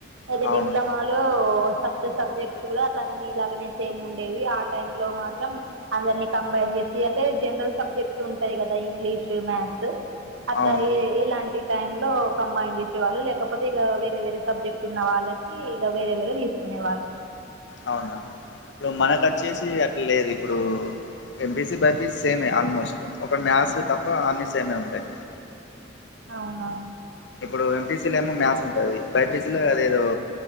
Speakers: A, on the right; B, on the left.
A: అయితే
B: అవును
A: డిప్లమాలో ఫస్ట్ సబ్జెక్ట్ కూడా అట్లానే మీలాగనే సేమ్ ఉండేవి ఆ టై లో మాత్రం అందరిని కంబైన్ చేసి యితే జనరల్ సబ్జెక్ట్స్ ఉంటాయి కదా ఇంగ్లీషు మ్యాథ్స్ అట్లా
B: అవును
A: ఇలాంటి టైమ్ లో కంబైన్ చేస్త వాళ్ళు లేకపోతే ఇక వేరే వేరే సబ్జెక్ట్ ఉన్న వాళ్ళకి ఇక వేరే వేరే తీసుకునే వాళ్ళు
B: అవునా ఇప్పుడు మనకు వచ్చేసి అట్లా లేదు ఇప్పుడు ఎంపీసి బైపీసి సేమ్ ఆల్మోస్ట్ ఒక మ్యాథ్స్ తప్ప అన్నీ సేమే ఉంటాయి
A: అవునవును
B: ఇప్పుడు ఎంపీసీలో ఏమో మ్యాథ్స్ ఉంటుంది బైపీసీలో అదేదో